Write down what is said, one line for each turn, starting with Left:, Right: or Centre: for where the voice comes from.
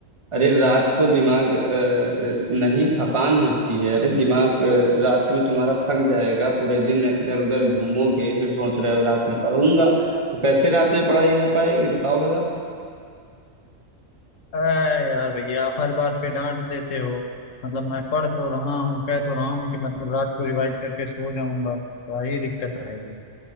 Right: अरे रात को दिमाग अ, नहीं थकान होती है अरे दिमाग अ, रात में तुम्हारा थक जाएगा पूरे दिन इधर उधर घूमोगे फिर सोच रहे हो रात में पढ़ूंगा तो कैसे रात में पढ़ाई हो पाएगी बताओ भला
Left: अरे यार भैया आप हर बात पे डांट देते हो मतलब मैं पढ़ तो रहा हूँ कह तो रहा हूँ कि मतलब रात को रिवाइज करके सो जाऊंगा तो यही दिक्कत रहेगी